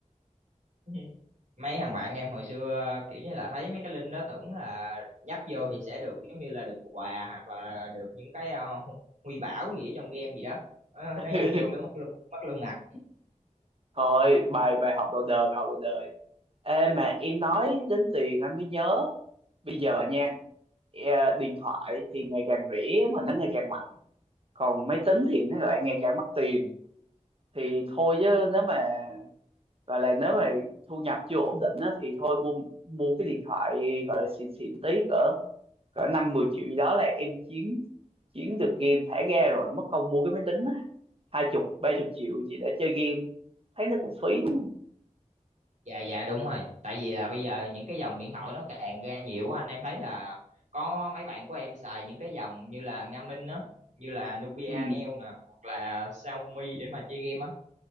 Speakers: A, on the right (about 60°); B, on the right (about 45°).
A: <laughs> mấy thằng bạn em hồi xưa kiểu như là thấy mấy cái link đó tưởng là nhấp vô thì sẽ được giống như là được quà hoặc là được những cái ờ, huy bảo gì ở trong game gì đó Ờ,
B: <laughs>
A: nó nhấp vô cái mất luôn mất luôn ngặt
B: thôi bài bài học đầu đời bài học đầu đời Ê, mà em nói đến tiền anh mới nhớ bây giờ nha e- điện thoại thì ngày càng rẻ mà nó ngày càng mạnh còn máy tính thì nó lại ngày càng mắc tiền thì thôi chứ nếu mà gọi là nếu mà thu nhập chưa ổn định á, thì thôi mua mua cái điện thoại gọi là xịn xịn tí cỡ cỡ năm mười triệu gì đó là em chiến chiến được game thả ga rồi mất công mua cái máy tính á. hai chục ba chục triệu chỉ để chơi game thấy nó cũng phí đúng không
A: dạ dạ đúng rồi tại vì là bây giờ những cái dòng điện thoại nó càng ra nhiều á anh em thấy là có mấy bạn của em xài những cái dòng như là Nga Minh á như là Nubia
B: ừ
A: Neo nè hoặc là Xiaomi để mà chơi game á